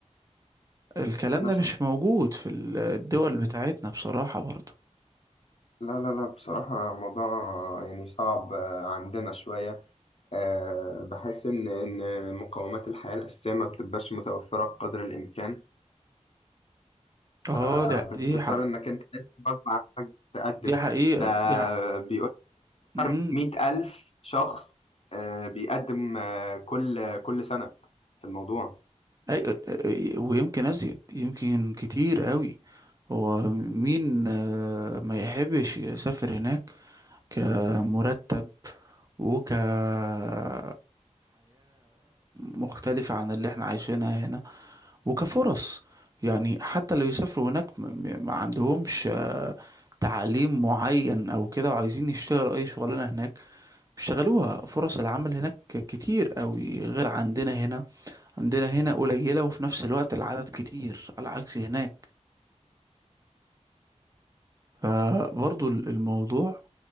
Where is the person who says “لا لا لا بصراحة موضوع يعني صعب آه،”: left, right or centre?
Left